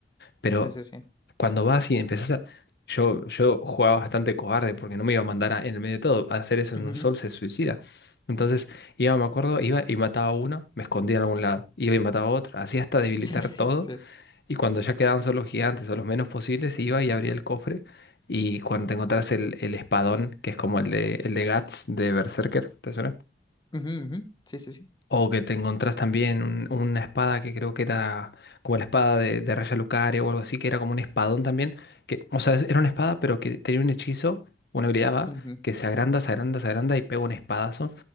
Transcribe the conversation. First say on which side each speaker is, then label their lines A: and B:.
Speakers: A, on the left; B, on the left.
A: Pero
B: Sí, sí, sí.
A: cuando vas y empezás a... Yo, yo jugaba bastante cobarde porque no me iba a mandar a- en el medio de todo. a Hacer eso en
B: Ujú.
A: un sol se suicida. Entonces, iba, me acuerdo, iba y mataba a uno, me escondía en algún lado. Iba y mataba a otro, así hasta debilitar
B: <laughs>
A: todo.
B: Sí.
A: Y cuando ya quedaban solo los gigantes o los menos posibles, iba y abría el cofre. Y cuando te encontrás el, el espadón, que es como el de, el de Guts de Berserker, ¿te suena?
B: Ujú, ujú. Sí, sí, sí.
A: O que te encontrás también un- una espada que creo que era como la espada de, de Raya Lucaria o algo así, que era como un espadón también. Que, o sea, era una espada, pero que tenía un hechizo, una habilidad va,
B: Ujú.
A: que se agranda, se agranda, se agranda y pega un espadazo.